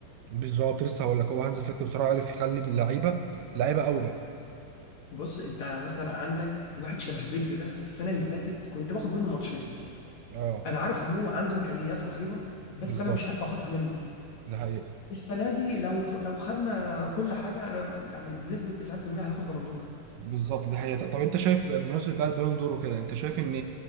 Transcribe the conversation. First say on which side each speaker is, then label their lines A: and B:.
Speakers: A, on the right; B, on the left.
A: بالظبط لسه هقول لك هو هانز فليك بصراحه عرف يخلي اللعيبه لعيبه قوي بقى
B: بص أنت مثلا عندك واحد شبه بدري ده السنة اللي فاتت كنت باخد منه ماتشين
A: اه
B: أنا عارف إن هو عنده إمكانيات رهيبة بس
A: بالظبط
B: أنا مش عارف آخدها منه
A: ده حقيقه
B: السنه دي لو لو خدنا كل حاجه انا يعني بنسبه 90% هياخد بالون دور
A: بالظبط ده حقيقه طب انت شايف بقى- بمناسبه بقى البالون دور وكده انت شايف ان